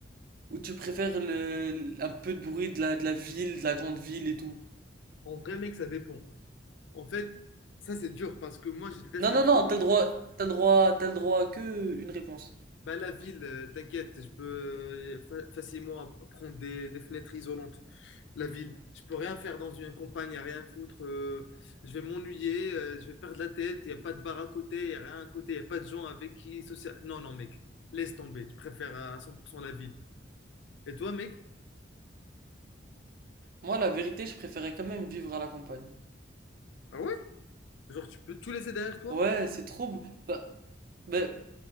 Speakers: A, on the right; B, on the left.
A: ou tu préfères le, un peu de bruit de la, de la ville, de la grande ville et tout?
B: En vrai, mec, ça dépend. En fait, ça, c'est dur parce que moi, je déteste
A: Non, non, non, t'as le droit, t'as le droit, t'as le droit à que une réponse.
B: Bah, la ville, euh, t'inquiète, je peux euh, fa- facilement app- prendre des, des fenêtres isolantes. La ville, je peux rien faire dans une campagne, à rien foutre. euh, je vais m'ennuyer, euh, je vais perdre la tête. Il n'y a pas de bar à côté, il n'y a rien à côté, il n'y a pas de gens avec qui social. Non, non, mec, laisse tomber. Je préfère à 100% la ville. Et toi, mec?
A: Moi, la vérité, je préférais quand même vivre à la campagne.
B: Ah ouais? Genre, tu peux tout laisser derrière toi?
A: Ouais, c'est trop. beau. Bah, bah,